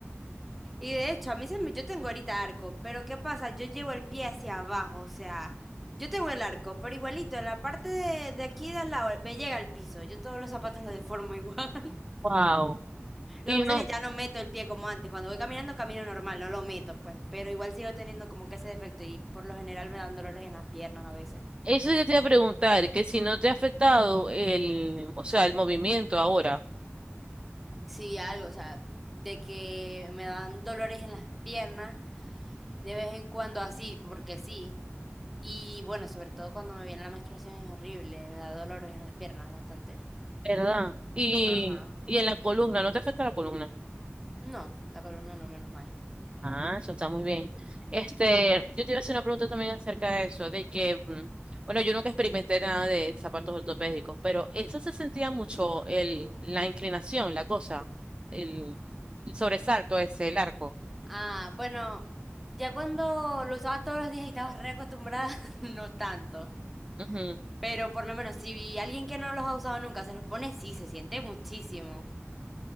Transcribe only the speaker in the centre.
Y de hecho, a mí se me, yo tengo ahorita arco, pero ¿qué pasa? Yo llevo el pie hacia abajo, o sea, yo tengo el arco, pero igualito, en la parte de, de aquí de al lado eh, me llega al piso. Yo todos los zapatos los deformo igual. <laughs>
Lo
que pasa
es que ya no meto el pie como antes. Cuando voy caminando, camino normal, no lo meto, pues. Pero igual sigo teniendo como que ese defecto y por lo general me dan dolores en las piernas a veces.
Sí, algo, o sea, de que me dan dolores en las piernas de vez en cuando así, porque sí. Y bueno, sobre todo cuando me viene la menstruación es horrible, me da dolores en las piernas bastante.
Ajá.
No, la columna no, menos mal.
Ah, bueno, ya cuando lo usabas todos los días y estabas reacostumbrada, <laughs> no tanto.
Pero por lo menos si alguien que no los ha usado nunca se los pone, sí, se siente muchísimo.